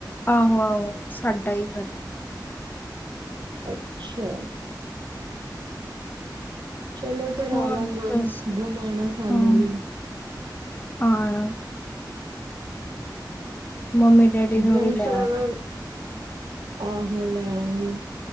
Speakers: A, on the left; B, on the right.
A: ਆਹੋ, ਆਹੋ ਸਾਡਾ ਈ ਘਰ
B: ਅੱਛਾ ਚਲੋ ਫੇਰ
A: ਹੋਰ
B: ਆਵਾਂਗੇ
A: ਦੱਸ
B: ਘੁਮਾਨਾ ਸਾਨੂੰ
A: ਹਾਂ
B: ਵੀ
A: ਆਣਾ <unintelligible>
B: ਬ੍ਰਹਮ
A: ਵੀ ਲੈ
B: ਸਰੋਵਰ,
A: ਆਣਾ
B: ਆਹੋ ਲੈ ਆੰਗੀ।